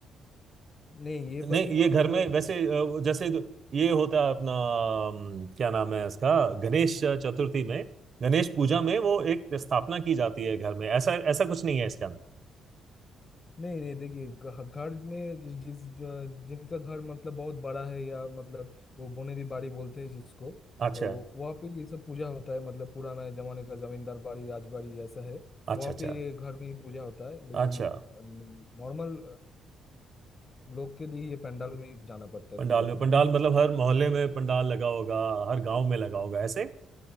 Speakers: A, on the left (about 35°); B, on the right (about 50°).
A: नहीं
B: नहीं
A: ये प्रतिमा
B: ये घर
A: मतलब
B: में वैसे अ, जैसे द- ये होता है अपना अम, क्या नाम है इसका गणेश चतुर्थी में गणेश पूजा में वो एक स्थापना की जाती है घर में ऐसा ऐसा कुछ नहीं है इसके अंदर
A: नहीं नहीं देखिए घ- घर में जिस जिस जिनका घर मतलब बहुत बड़ा है या मतलब वो बोनेरी बाड़ी बोलते हैं जिसको
B: अच्छा
A: तो वहाँ पे ये सब पूजा होता है मतलब पुराना जमाने का जमींदार बाड़ी राजबाड़ी ऐसा है
B: अच्छा
A: वहाँ
B: अच्छा
A: पे ये घर में ही पूजा होता है लेकिन
B: अच्छा
A: नॉर्मल लोग के लिए ये पंडाल में ही जाना पड़ता है
B: पंडाल
A: पूजा
B: में
A: के
B: पंडाल
A: लिए
B: मतलब हर मोहल्ले में पंडाल लगा होगा हर गांव में लगा होगा ऐसे